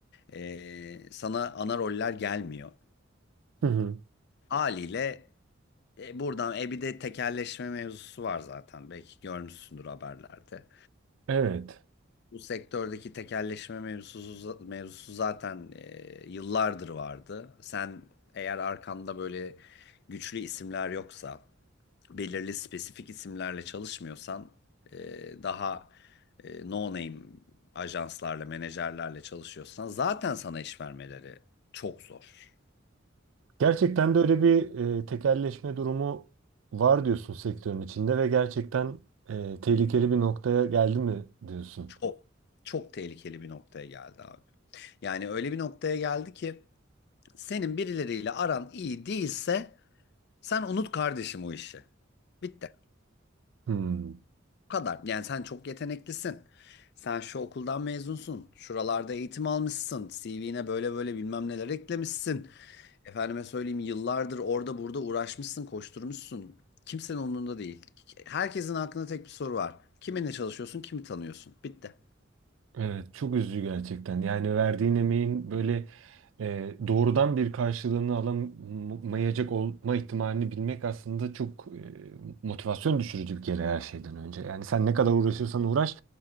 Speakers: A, on the left; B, on the right.
A: e, sana ana roller gelmiyor.
B: Hı hı.
A: Haliyle e, buradan e bir de tekelleşme mevzusu var zaten. Belki görmüşsündür haberlerde.
B: Evet.
A: Bu sektördeki tekelleşme mevzusu, mevzusu zaten e, yıllardır vardı. Sen eğer arkanda böyle güçlü isimler yoksa, belirli spesifik isimlerle çalışmıyorsan, e, daha e, no name ajanslarla, menajerlerle çalışıyorsan zaten sana iş vermeleri çok zor.
B: Gerçekten de öyle bir e, tekelleşme durumu var diyorsun sektörün içinde ve gerçekten e, tehlikeli bir noktaya geldi mi diyorsun.
A: Çok, çok tehlikeli bir noktaya geldi abi. Yani öyle bir noktaya geldi ki senin birileriyle aran iyi değilse Sen unut kardeşim o işi. Bitti.
B: Hmm.
A: Bu kadar. Yani sen çok yeteneklisin. Sen şu okuldan mezunsun. Şuralarda eğitim almışsın. CV'ne böyle böyle bilmem neler eklemişsin. Efendime söyleyeyim yıllardır orada burada uğraşmışsın, koşturmuşsun. Kimsenin umurunda değil. Herkesin aklında tek bir soru var. Kiminle çalışıyorsun, kimi tanıyorsun? Bitti.
B: Evet, çok üzücü gerçekten. Yani verdiğin emeğin böyle e, doğrudan bir karşılığını alamayacak olma ihtimalini bilmek aslında çok e, motivasyon düşürücü bir kere her şeyden önce. Yani sen ne kadar uğraşırsan uğraş,